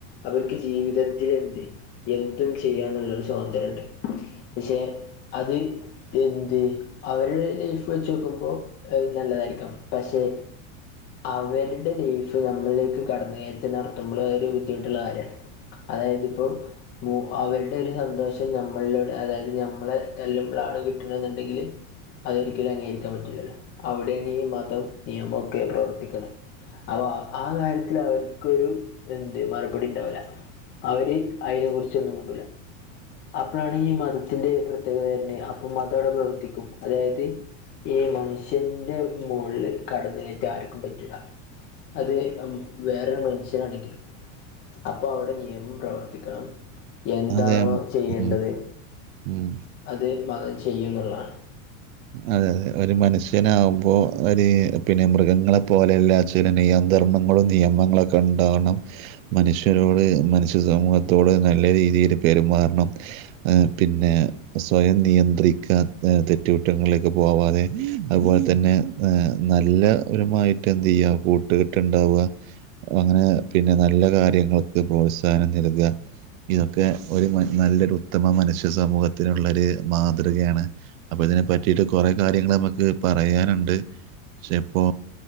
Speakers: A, on the left; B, on the right.
A: അവർക്ക് ജീവിതത്തിലെന്ത് എന്തും ചെയ്യാന്നുള്ളൊരു സ്വാതന്ത്ര്യണ്ട് പക്ഷെ അത് എന്ത് അവരുടെ ലൈഫ് വെച്ച് നോക്കുമ്പോ അത് നല്ലതായിരിക്കാം പക്ഷെ അവരുടെ ലൈഫ് നമ്മളിലേക്ക് കടന്നുകയറ്റം നടത്തുമ്പോൾ അതൊരു ബുദ്ധിമുട്ടുള്ള കാര്യാണ് അതായത് ഇപ്പോ മു അവരുടെ ഒരു സന്തോഷം നമ്മളിലൂടെ അതായത് നമ്മളെ തല്ലുമ്പോളാണെങ്കി കിട്ടണെന്നുണ്ടെങ്കിൽ അതൊരിക്കലും അംഗീകരിക്കാൻ പറ്റില്ലല്ലോ അവിടെയാണ് ഈ മതം നിയമൊക്കെ പ്രവർത്തിക്ക്ണ് അവ ആ കാര്യത്തില് അവർക്കൊരു എന്ത് മറുപടിണ്ടാവുല അവര് അയിനെ കുറിച്ചൊന്നുമുണ്ടൂല അപ്പളാണ് ഈ മതത്തിന്റെ പ്രത്യേകത വരനെ അപ്പം മതവിടെ പ്രവർത്തിക്കും അതായത് ഈ മനുഷ്യന്റെ മോളില് കടന്ന് കയറ്റം ആർക്കും പറ്റൂല്ല അത് വേറൊരു മനുഷ്യനാണെങ്കിലും അപ്പൊ അവിടെ നിയമം പ്രവർത്തിക്കണം എന്താണോ
B: അതെ
A: ചെയ്യേണ്ടത്
B: ഉം. ഉം.
A: അത് മതം ചെയ്യും ന്നുള്ളാണ്.
B: അതെ അതെ ഒരു മനുഷ്യനാകുമ്പോ ഒര് പിന്നെ മൃഗങ്ങളെ പോലെയല്ലാ ചില നിയന്തർണങ്ങളും നിയമങ്ങളൊക്കെ ണ്ടാവണം. മനുഷ്യരോട് മനുഷ്യ സമൂഹത്തോട് നല്ല രീതിയിൽ പെരുമാറണം. ഹേ പിന്നെ സ്വയം നിയന്ത്രിക്കാൻ ഏഹ് തെ റ്റ് കുറ്റങ്ങളിലേക്ക് പോവാതെ അതുപോലെ തന്നെ ഏഹ് നല്ല ഒരുമാ ട്ട് എന്ത് യ്യാ കൂട്ട് കെട്ട്ണ്ടാവ അങ്ങനെ പിന്നെ നല്ല കാര്യങ്ങൾക്ക് പ്രോത്സാഹനം നൽക. ഇതൊക്കെ ഒരു മ നല്ലൊരു ഉത്തമ മനുഷ്യ സമൂഹത്തിനുള്ളൊരു മാതൃകയാണ്. അപ്പ ഇതിനെ പറ്റിയിട്ട് കെറേ കാര്യങ്ങൾ നമുക്ക് പറയാനുണ്ട് പക്ഷെ ഇപ്പോ